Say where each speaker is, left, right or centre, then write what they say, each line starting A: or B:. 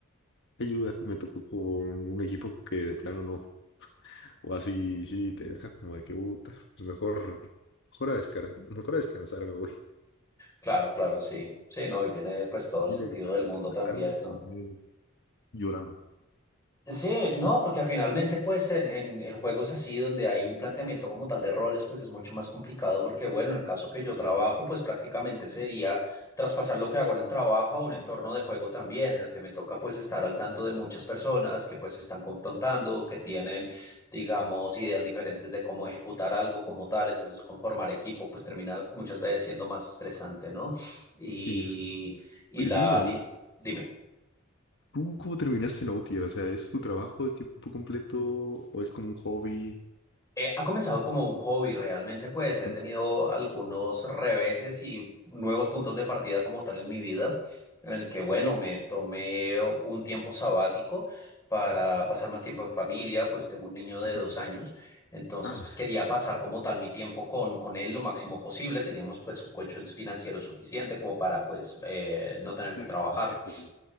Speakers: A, on the left; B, on the left.
A: ayuda, me tocó con un equipo que de plano no. O así, sí, te deja como de que, puta, pues mejor, mejor a descargar, mejor a descansar me voy. <laughs>
B: claro, claro, sí. Sí, no, y tiene pues todo el
A: Vine
B: sentido
A: para
B: del
A: desestresarme,
B: mundo también,
A: terminé
B: ¿no?
A: llorando.
B: Sí, no, porque finalmente pues en, en, en juegos así donde hay un planteamiento como tal de roles pues es mucho más complicado porque bueno, el caso que yo trabajo pues prácticamente sería traspasar lo que hago en el trabajo a un entorno de juego también en el que me toca pues estar al tanto de muchas personas que pues se están confrontando, que tienen digamos ideas diferentes de cómo ejecutar algo como tal, entonces conformar equipo pues termina muchas veces siendo más estresante, ¿no? Y,
A: Y eso.
B: y
A: Oye,
B: la...
A: tengo una duda.
B: y- dime.
A: ¿Tú cómo terminaste en Outlier? O sea, ¿es tu trabajo de tiempo completo o es como un hobby?
B: Eh, ha comenzado como un hobby realmente, pues
A: Ujú.
B: he tenido algunos reveses y nuevos puntos de partida como tal en mi vida, en el que, bueno,
A: Ok.
B: me tomé un tiempo sabático para pasar más tiempo en familia, pues tengo un niño de
A: Ujú.
B: dos años, entonces
A: Ah,
B: pues quería pasar como tal mi tiempo con, con él lo máximo posible, teníamos pues un colchón financiero suficiente como para pues eh, no tener que
A: Debe
B: trabajar.
A: cambiarse, güey.